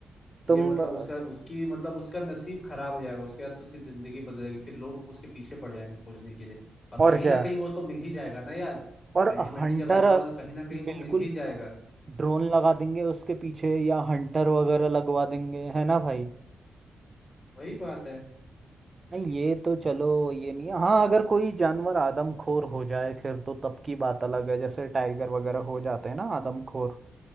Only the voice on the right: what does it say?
तुम
अ,
और
क्या
है?
और
हंटर
बिल्कुल
ड्रोन लगा देंगे उसके पीछे या हंटर वगैरह लगवा देंगे है ना भाई
नहीं ये तो चलो ये नहीं है। हाँ अगर कोई जानवर आदमखोर हो जाए फिर तो तब की बात अलग है जैसे टाइगर वगैरह हो जाते हैं ना आदमखोर